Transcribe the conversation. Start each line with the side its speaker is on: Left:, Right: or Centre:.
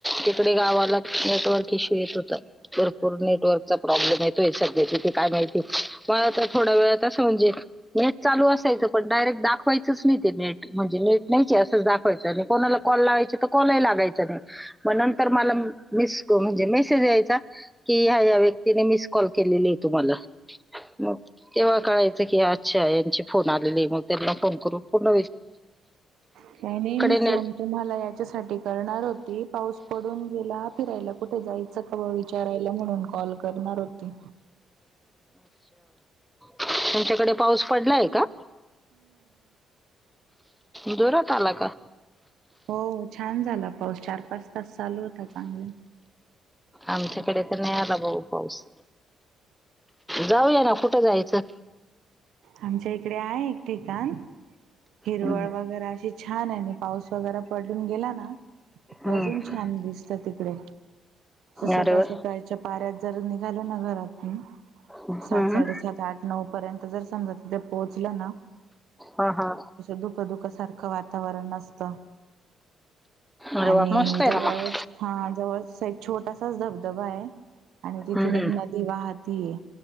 Centre: तिकडे गावाला नेटवर्क भपूर नेटव प्रब्लेम येतयध त का मा आ व म्हणजे नेट लू असायचं पणडयरेक्ट दाखवायच नाही ते नेट म्हणजे नेट नाही अस दाखवायचं कोणाला कल लावाय तर कॉल लागयच नाही मग नंतर मला म्हणजे मेसेज यायचा की ह या व्यक्तीने मिस कॉल केलेली आहे तुम्हाला मग तेव्हा कळायचं की अच्छा यांची फोन आलेली मग त्यांना फोन करू पर्ण
Right: का नाही मी
Centre: नेट
Right: फोन तुम्हाला याच्यासाठी करणार होती पाऊस पडून गेला फिरायला कुठे जायच खर विचारायला म्हणून कॉल करणार होती
Centre: त्यांमच्याकडे पाऊस पडलाय का जोरात आला का
Right: हो छान झाला पाऊस चार पाच तस चालू होता चांगला
Centre: आमच्याकडे तर नाही आला भाऊ पाऊस जाऊया ना कुठं जायचं
Right: आमच्या इकडे आहे एक ठिकाण हिरवळ
Centre: हम्म.
Right: वगैरे अशी छान आहे आणि पाऊस वगैरे पडून गेला ना क
Centre: हम्म.
Right: अजून छान दिसत तिकडे सकाळ
Centre: अरे वा
Right: सकाळच्या पाऱ्यात जर ल घ
Centre: हम्म.
Right: सात सा सात आठ नऊ पर् समजा तिथे पोहोचलं ना
Centre: हा हा
Right: दुख दुख सारखं वातावरण असत
Centre: अरे
Right: आणि
Centre: वा मस्त आहे
Right: जवळच
Centre: ना मग
Right: हा जवळ एक छोटासाच धबधबा आहे आणि तिथून
Centre: हम्म,
Right: एक
Centre: हम्म.
Right: नदी वाहतीय